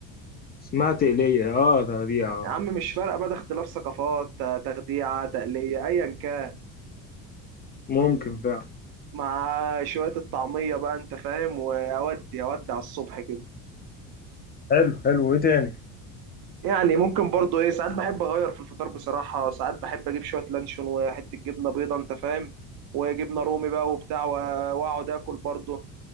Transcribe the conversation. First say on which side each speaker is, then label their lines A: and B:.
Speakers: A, on the left (about 25°); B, on the right (about 60°).
A: اسمها تقلية اه تغذية اه
B: يا عم مش فارقة بقى ده اختلاف ثقافات تخديعة تقلية أيا كان
A: ممكن فعلا
B: مع شوية الطعمية بقى أنت فاهم وأودي أودي على الصبح كده
A: حلو حلو ايه تاني
B: يعني ممكن برضو إيه ساعات بحب أغير في الفطار بصراحة ساعات بحب أجيب شوية لانشون وحتة جبنة بيضة أنت فاهم وجبنة رومي بقى وبتاع و- وأقعد آكل برضو